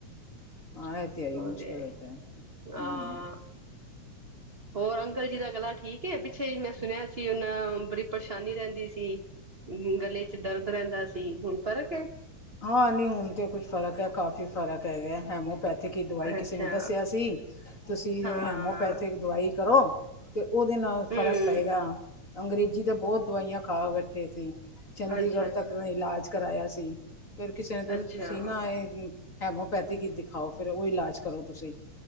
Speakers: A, on the left; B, on the right.
A: ਹਾਂ, ਐ ਤੇ ਹੈਈ।
B: ਉਹਦੇ
A: ਮੁਸ਼ਕਲ ਹੋਤਾ ਹੈ,
B: ਹਾਂ
A: ਹੁੰ।
B: ਹੋਰ, ਅੰਕਲ ਜੀ ਦਾ ਗਲਾ ਠੀਕ ਏ? ਪਿੱਛੇ ਜੀ ਮੈਂ ਸੁਣਿਆ ਸੀ, ਓਹਨਾਂ ਬੜੀ ਪਰਸ਼ਾਨੀ ਰੈਂਦੀ ਸੀ। ਗਲੇ ਚ ਦਰਦ ਰਹਿੰਦਾ ਸੀ, ਹੁਣ ਫ਼ਰਕ ਏ।
A: ਹਾਂ, ਨੀ, ਹੁਣ ਤੇ ਕੁਛ ਫਰਕ ਐ, ਕਾਫ਼ੀ ਫਰਕ ਹੈਗਾ। ਹੈਮੋ ਪੈਥਿਕ ਕੀ ਦਵਾਈ,
B: ਅੱਛਾ
A: ਕਿਸੇ ਨੇ ਦੱਸਿਆ ਸੀ, ਤੁਸੀਂ
B: ਹਾਂ
A: ਹੈਮੋਪੈਥਿਕ ਦਵਾਈ ਕਰੋ। ਤੇ ਓਹਦੇ ਨਾਲ
B: ਹਮ
A: ਫ਼ਰਕ ਪਏਗਾ। ਅੰਗਰੇਜ਼ੀ ਤੇ ਬੋਤ ਦਵਾਈਆਂ ਖਾ ਬੈਠੇ ਸੀ। ਚੰਡੀਗੜ੍ਹ
B: ਅੱਛਾ ਅੱਛਾ
A: ਤੱਕ ਦਾ ਇਲਾਜ ਕਰਾਇਆ ਸੀ। ਫੇਰ ਕਿਸੇ ਨੇ ਦੱਸ,
B: ਅੱਛਾ
A: ਤੁਸੀਂ ਨਾ ਏ ਹੈਮੋਪੈਥੀ ਈ ਦਿਖਾਓ। ਫਿਰ ਓਹ ਇਲਾਜ ਕਰੋ। ਤੁਸੀਂ,